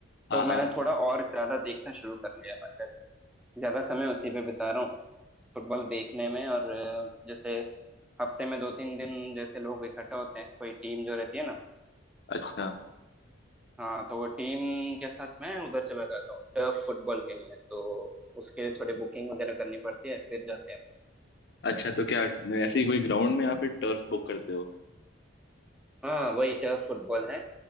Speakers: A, on the left (about 55°); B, in the centre.
A: हाँ
B: तो मैंने
A: हाँ
B: थोड़ा और ज्यादा देखना शुरू कर लिया है मतलब ज्यादा समय उसी पे बिता रहा हूँ फुटबॉल देखने में और अ, जैसे हफ्ते में दो तीन दिन जैसे लोग इकट्ठा होते हैं कोई टीम जो रहती है ना
A: अच्छा
B: हाँ तो वो टीम के साथ मैं उधर चला जाता हूँ टर्फ फुटबॉल खेलने तो उसके लिए थोड़ी बुकिंग वगैरह करनी पड़ती है फिर जाते हैं
A: अच्छा तो क्या ऐसे ही कोई ग्राउंड में या फिर टर्फ बुक करते हो
B: हाँ वही टर्फ फुटबॉल है